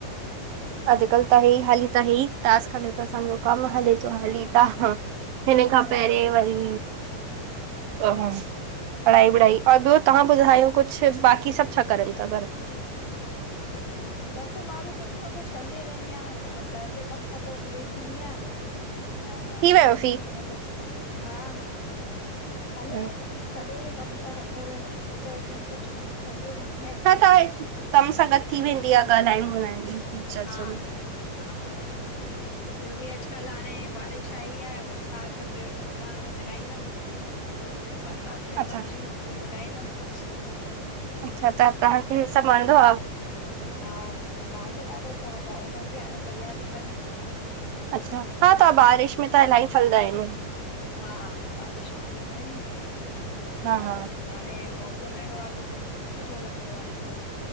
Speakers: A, on the right; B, on the left.
A: अॼुकल्ह त हे ई हाली त हे ई टास्क हले तो असांजो। कम हले
B: अच्छा
A: तो
B: अच्छा
A: हली त, हिन
B: अच्छा
A: खां
B: अच्छा
A: पहिरें वरी पढ़ाई
B: हा
A: -वढ़ाई और ॿियो तव्हां ॿुधायो कुछ बाक़ी सभु छा करनि ता घर?
B: बसि मां बि कुछ न कुछ कंदी रहंदी आं, घर जे कम खां पो फ्री थींदी आं। ऐं
A: थी वियो
B: त
A: फी
B: कुछ न कुछ, हा -हा,
A: अच्छा,
B: हले सॼो ॾींहुं कमु त हलदो रहंदो आ विच- विच में, कुछ न कुछ कंदी रहंदी आयां,
A: हा त कम सां गॾु थी वेंदी आहे ॻाल्हाइण ॿोलाइण जी चर्च
B: हा-
A: में
B: हा। हा ॿियो बि अॼुकल्ह हाणे बारिश आई आहे, बरसात पेड़ पौधा हाणे लॻाईंदमि, बरसात में
A: अच्छा
B: सब्जियूं- वब्जियूं लॻाईंदमि कुछ,
A: अच्छा त तव्हांखे सभु वणंदो आ?
B: हा, मांखे ॾाढो शौक़ु आ, हुनजी हाणे तैयारी कंदम,
A: अच्छा, हा त बारिश में त इलाही फलदाइन।
B: हा, बारिश में थींदाइन न।
A: हा -हा।
B: हाणे मौसम अहिड़ो आ त सब सुठो लॻंदो आ।